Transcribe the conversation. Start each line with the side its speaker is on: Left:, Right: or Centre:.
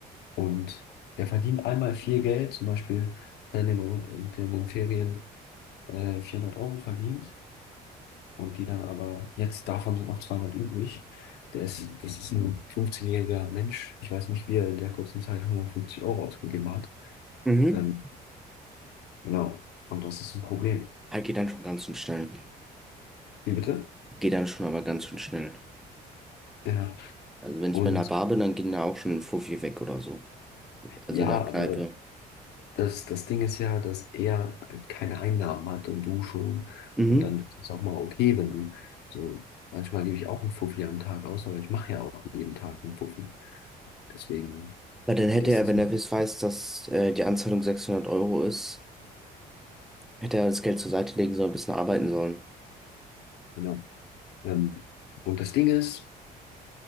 Left: und der verdient einmal viel Geld, zum Beispiel hat er in den, in den Ferien äh, 400 Euro verdient Und die dann aber, jetzt davon sind noch 200 übrig. Der ist, das ist ein 15-jähriger Mensch. Ich weiß nicht, wie er in der kurzen Zeit 150 Euro ausgegeben hat.
Centre: mhm.
Left: Ähm, genau. Und das ist ein Problem.
Centre: Ah, geht dann schon ganz schön schnell.
Left: Wie bitte?
Centre: Geht dann schon aber ganz schön schnell.
Left: Ja.
Centre: Also wenn ich
Left: Und
Centre: mal in einer Bar bin, dann gehen da auch schon ein Fuffi weg oder so. Also
Left: ja,
Centre: in der Kneipe.
Left: aber das, das Ding ist ja, dass er keine Einnahmen hat und du schon.
Centre: Mhm.
Left: Und dann ist es auch mal okay, wenn du so, manchmal gebe ich auch einen Fuffi am Tag aus, aber ich mache ja auch jeden Tag einen Fuffi. Deswegen
Centre: Weil dann hätte
Left: ist
Centre: er,
Left: das,
Centre: wenn er wiss- weiß, dass äh, die Anzahlung 600 Euro ist, hätte er das Geld zur Seite legen sollen, ein bisschen arbeiten sollen.
Left: genau. Ähm, und das Ding ist,